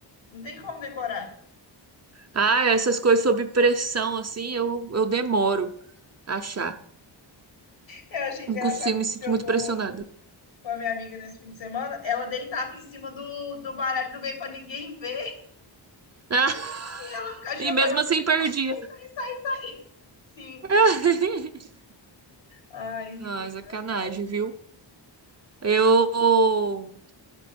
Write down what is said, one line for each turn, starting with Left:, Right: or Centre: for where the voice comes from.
Left: Não tem como decorar.
Right: Ah, essas coisas sob pressão, assim, eu, eu demoro a achar.
Left: Eu achei engraçado,
Right: Não consigo,
Left: a gente
Right: me sinto
Left: jogou
Right: muito pressionada.
Left: com a minha amiga nesse fim de semana. Ela deitava em cima do, do baralho do bem pra ninguém ver
Right: Ah, <laughs>
Left: <laughs> e ela ficava jogando.
Right: e mesmo
Left: Ela,
Right: assim perdia.
Left: Sai, sai, sai, sai. Sim.
Right: <laughs>
Left: Ai, gente,
Right: Ah,
Left: é engraçado.
Right: sacanagem, viu? Eu,